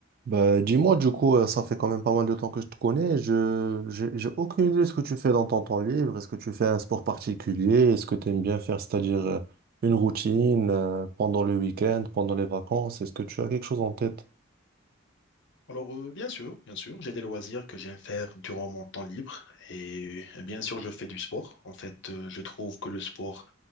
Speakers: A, on the right; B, on the left.
A: Bah, dis-moi, du coup, euh, ça fait quand même pas mal de temps que je te connais. Je, j'ai, j'ai aucune idée de ce que tu fais dans ton temps libre. Est-ce que tu fais un sport particulier? Est-ce que tu aimes bien faire, c'est-à-dire euh, une routine euh, pendant le week-end, pendant les vacances? Est-ce que tu as quelque chose en tête?
B: Alors, euh, bien sûr, bien sûr, j'ai des loisirs que j'aime faire durant mon temps libre et euh, bien sûr, je fais du sport. En fait, euh, je trouve que le sport